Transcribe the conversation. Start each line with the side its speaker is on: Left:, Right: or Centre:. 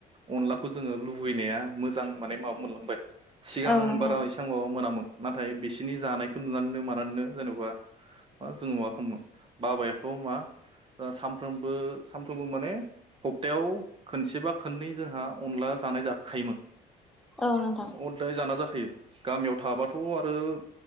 Right: अनलाखौ जोङो लुबैनाया मोजां माने माबा मोनलांबाय। सिगां
Centre: औ नोंथां
Right: बारा एसेबां माबा मोनामोन। नाथाय बिसोनि जानायखो नुनानैनो मानानैनो जेनबा मा जोङो माबा खामोमोन बाबायाथ मा सामफ्रोमबो सानफ्रोमबो माने हप्तायाव खनसेबा खननै जोंहा अनला जानाय जाखायोमोन।
Centre: औ नोंथां
Right: ओ अदाय जाना जाख थायो गामियाव थाबा थ आरो